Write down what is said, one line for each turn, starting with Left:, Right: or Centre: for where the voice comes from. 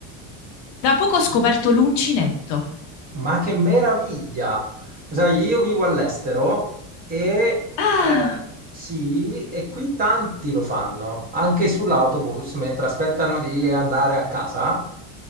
Left: Da poco ho scoperto l'uncinetto.
Right: Ma che meraviglia! Sai, io vivo all'estero e
Left: Ah,
Right: eh, sì, e qui tanti lo fanno, anche sull'autobus, mentre aspettano di andare a casa.